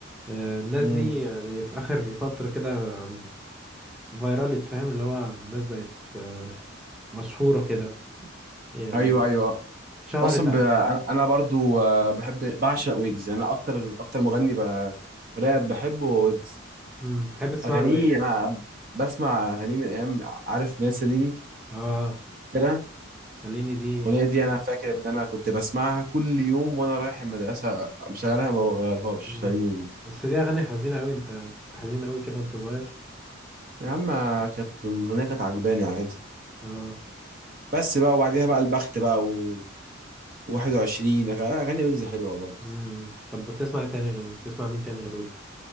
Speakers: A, in the centre; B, on the right.
A: آه، الناس
B: امم
A: دي يعني في اخر فترة كده عم- فيرالت فاهم اللي هو الناس بقت آه، مشهورة كده يعني
B: ايوه ايوه
A: اتشهرت
B: اصلا
A: ع...
B: ب... انا أنا برضو آه، بحب بعشق ويجز انا اكتر اكتر مغني ب... راب بحبه هو ويجز
A: مم. تحب تسمع
B: اغانيه
A: له ايه
B: انا بسمع اغانيه من ايام عارف مين سليني
A: اه
B: كده
A: خليني دي
B: الاغنيه دي انا فاكر ان انا كنت بسمعها كل يوم وانا رايح المدرسه مشغلها ما بغيرهاش
A: مم.
B: سليني دي
A: بس دي اغاني حزينة قوي انت كنت حزين قوي كده وانت صغير
B: يا عم كانت الاغنيه كانت عجباني عادي
A: اه
B: بس بقى وبعديها بقى البخت بقى و 21 أغ- اغاني ويجز حلوه برضه
A: مم. طب بتسمع إيه تاني غير بتسمع مين تاني غير ويجز